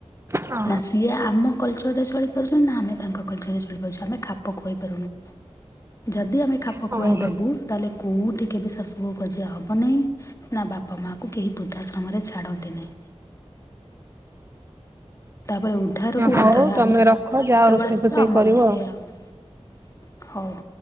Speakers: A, on the right; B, on the left.
A: ହଁ।
B: ନା ସିଏ ଆମ କଲଚରରେ ଚଳି ପାରୁଚନ୍ତି ନା ଆମେ ତାଙ୍କ କଲଚରରେ ଚଳି ପାରୁଚୁ ଆମେ ଖାପ ଖୁଆଇ ପାରୁନୁ। ଯଦି ଆମେ ଖାପ
A: ହଁ
B: ଖୁଆଇ ଦୋବୁ ତାହେଲେ କୋଉଠି କେବେ ଶାଶୁ ବୋହୂ କଜିଆ ହବ ନାହିଁ। ନା ବାପା ମା କୁ କେହି ବୃଦ୍ଧାଶ୍ରମରେ ଛାଡନ୍ତେ ନାହିଁ। ତାପରେ ଉଦ୍ଧାର କୁ
A: ହଉ
B: ଅନ୍ଧାର
A: ତମେ
B: ଆମ ବାପା
A: ରଖ
B: ମା ଯେତେବେଳେ
A: ଯାଅ ରୋଷେଇ
B: ହବା
A: ଫୋଷେଇ
B: ଆମର
A: କରିବ
B: ବି ସେୟଆ
A: ଆଉ।
B: ହବ। ହୋଉ।